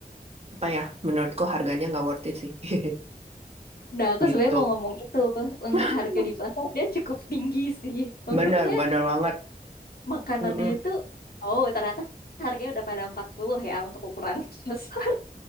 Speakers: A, on the right (about 40°); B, on the left (about 70°).
A: apa ya, menurutku harganya nggak worth it sih. <laughs>
B: Nah, aku
A: Gitu.
B: sebenarnya mau ngomong itu untuk
A: <laughs>
B: harga di pasar dia cukup tinggi sih. Maksudnya
A: Bener, bener banget.
B: makanannya
A: Mm-mm.
B: itu oh ternyata harganya udah pada 40 ya untuk ukuran <laughs> besar.